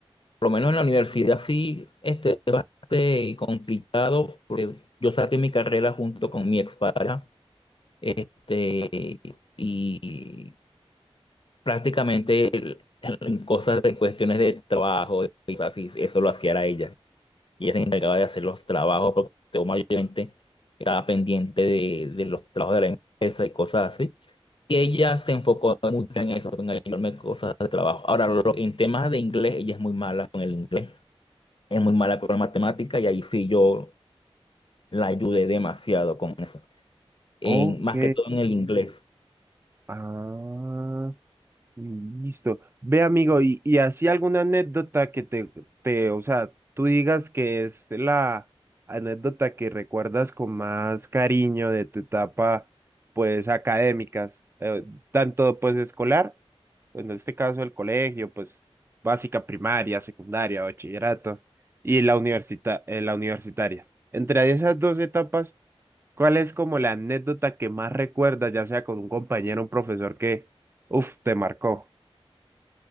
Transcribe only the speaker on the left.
Por lo menos en la universidad sí, este, fue bastante complicado, porque yo saqué mi carrera junto con mi expareja, este, y prácticamente en cosas de cuestiones de trabajo, y cosas así, eso lo hacía era ella. Y ella se encargaba de hacer los trabajos porque yo mayormente estaba pendiente de, de los trabajos de la empresa y cosas así. Y ella se enfocó mucho en eso, en ayudarme cosas de trabajo. Ahora, lo- en temas de inglés, ella es muy mala con el inglés, es muy mala con la matemática y ahí sí yo la ayudé demasiado con eso. En,
más que todo en el inglés.